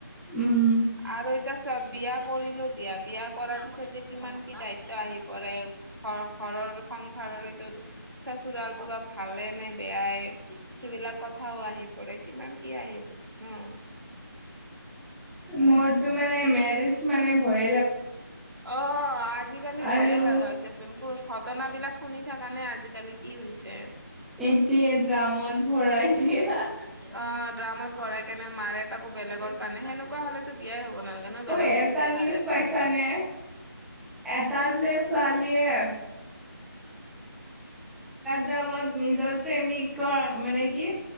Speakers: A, in the centre; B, on the right.
A: উম
B: আৰু এতিয়া চোৱা বিয়া কৰিলো বিয়া দিয়া কৰাৰ পিছত যে কিমান কি দায়িত্ব আহি পৰে। ঘৰ ঘৰৰ সংসাৰৰ টোত চচোৰালটো বা ভালে নে বেয়াই সেইবিলাক কথাও আহি পৰে কিমান কি আহি পৰে ন।
A: মোৰটো মানে মেৰিড মেৰিড মানে ভয়।
B: অ আজিকালি
A: আৰু
B: ভয়ে লগা হৈছে চোন। ঘটনা বিলাক শুনি থকা নে আজিকালি কি হৈছে।
A: এতিয়া ড্ৰামত ভৰাই দিয়া।
B: অ ড্ৰামত ভৰাই কেনে মাৰে তাকো বেলেগৰ কাৰণে সেনেকুৱা হলেতো বিয়াই হ'ব না নালাগে ন
A: অ
B: বেলেগক
A: এটা
B: যদি ভালে
A: নিউজ
B: পায়।
A: পাইছানে
B: <inaudible>
A: এটা যে ছোৱালীয়ে প্ৰেমত নিজৰ প্ৰেমিকৰ মানে কি